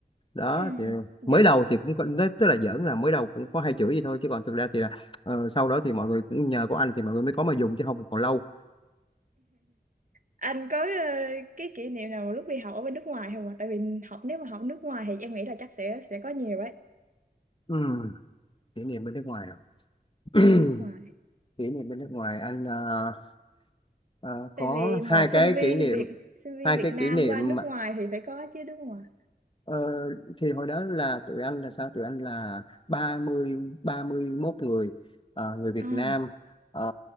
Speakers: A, on the left (about 30°); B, on the right (about 50°).
A: đó
B: ừ
A: thì
B: dạ
A: mới
B: vâng
A: đầu thì cũng có, tức là giỡn là mới đầu cũng có hai chửi gì thôi chứ còn thực ra thì là ờ, sau đó thì mọi người cũng nhờ có anh thì mọi người mới có mà dùng chứ không thì còn lâu
B: anh có ờ, cái kỷ niệm nào lúc đi học ở bên nước ngoài không ạ tại vì học nếu mà học nước ngoài thì em nghĩ là chắc sẽ sẽ có nhiều ấy
A: Ừ. kỷ niệm bên nước ngoài à? <clears throat>
B: dạ nước ngoài
A: kỷ niệm bên nước ngoài anh ờ, ờ, có
B: tại vì một
A: hai cái
B: sinh viên
A: kỷ niệm
B: Việt sinh viên
A: hai
B: Việt
A: cái
B: Nam
A: kỷ niệm
B: qua nước ngoài thì phải có chứ đúng không ạ
A: Ờ, thì hồi đó là tụi anh là sao? Tụi anh là 30 31 người ờ, người Việt
B: à
A: Nam ờ,